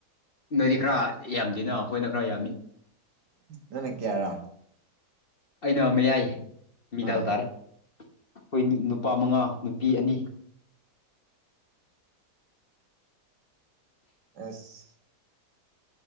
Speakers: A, on the left; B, on the right.
A: ꯅꯣꯏꯗꯤ ꯈꯔ ꯌꯥꯝꯗꯦꯅ ꯑꯩꯈꯣꯏꯅ ꯈꯔ ꯌꯥꯝꯅꯤ
B: ꯅꯅ ꯀꯦꯔꯥ
A: ꯑꯩꯅꯃꯦ ꯌꯥꯏꯌꯦ ꯃꯤꯗꯥꯎ
B: ꯑꯥ
A: ꯇꯥꯔꯦ ꯑꯩꯈꯣꯏ ꯅꯨꯄꯥ ꯃꯉꯥ ꯅꯨꯄꯤ ꯑꯅꯤ
B: ꯑꯁ